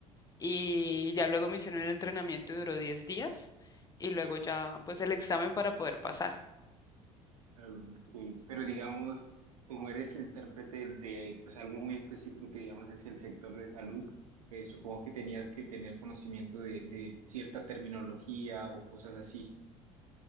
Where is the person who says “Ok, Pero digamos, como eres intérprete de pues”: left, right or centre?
Right